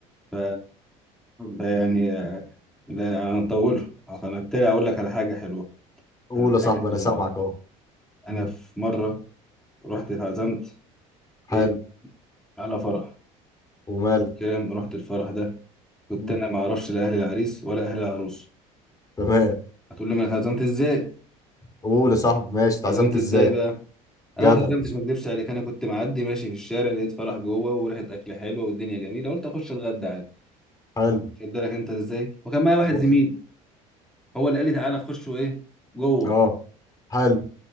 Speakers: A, in the centre; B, on the left (about 25°).
A: ف... فيعني آه، لا انا مطول فانا بالتالي اقول لك على حاجه حلوه
B: قول
A: على حاجه
B: يا صاحبي
A: حلوه
B: انا سامعك اهو
A: انا
B: مم.
A: في مره رحت اتعزمت فين
B: حلو
A: على فرح
B: ومال
A: الكلام رحت الفرح ده كنت
B: مم.
A: انا ما اعرفش لا اهل العريس ولا اهل العروس
B: تمام
A: هتقول لي ما انا اتعزمت ازاي
B: قول يا صاحبي ماشي اتعزمت
A: اتعزمت
B: ازاي
A: ازاي بقى
B: جدع
A: انا ما اتعزمتش ما اكدبش عليك انا كنت معدي ماشي في الشارع لقيت فرح جوه وريحه اكل حلوه والدنيا جميله قلت اخش اتغدى عادي
B: حلو
A: كدلك انت ازاي وكان معايا واحد
B: واخد
A: زميلي هو اللي قال لي تعالى نخش ايه جوه
B: اه حلو